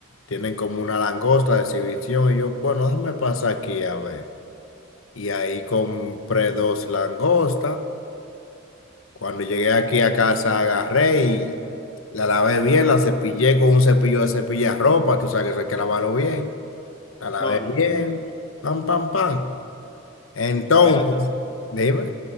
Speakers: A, on the left (about 70°); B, on the left (about 25°).
A: tienen como una langosta de exhibición y yo, bueno, déjame pasar aquí a ver. Y ahí compré dos langostas. Cuando llegué aquí a casa agarré y la lavé bien, la cepillé con un cepillo de cepillar ropa, tú sabes que eso hay que lavarlo bien. A la
B: No,
A: vez
B: no,
A: bien.
B: no, espérate, espérate.
A: Pam, pam, pam. Entonces,
B: Espérate.
A: dime.